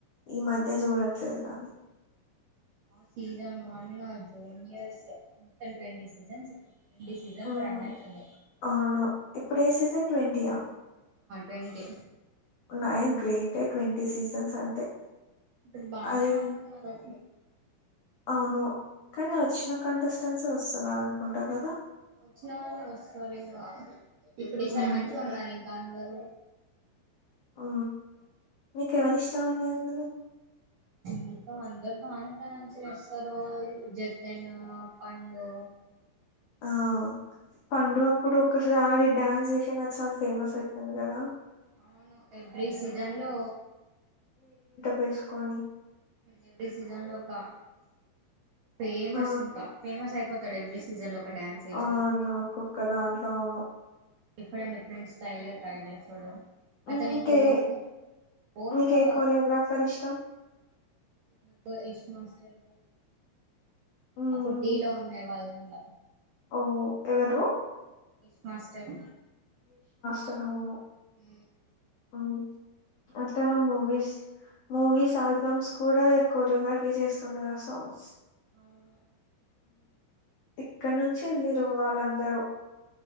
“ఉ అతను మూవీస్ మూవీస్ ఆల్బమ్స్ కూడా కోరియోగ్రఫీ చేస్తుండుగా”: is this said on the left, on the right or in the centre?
Left